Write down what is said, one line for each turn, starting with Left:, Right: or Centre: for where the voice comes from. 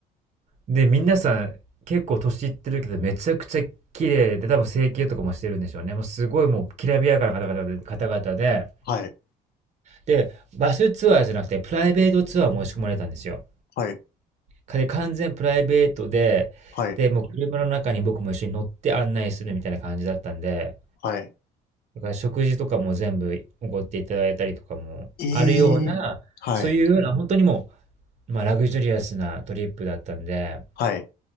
Right: で、皆さん結構年いってるけど、めちゃくちゃ綺麗で、多分整形とかもしてるんでしょうね。もうすごいもうきらびやかな方々で、方々で、
Left: はい。
Right: で、バスツアーじゃなくて、プライベートツアーも申し込まれたんですよ。
Left: はい。
Right: で、完全プライベートで、
Left: はい。
Right: で、もう車の中に僕も一緒に乗って案内するみたいな感じだったんで、
Left: はい。
Right: だから食事とかも全部奢っていただいたりとかもあるような、
Left: ええはい。
Right: そういうような、本当にもう、まあ、ラグジュリアスなトリップだったんで、
Left: はい。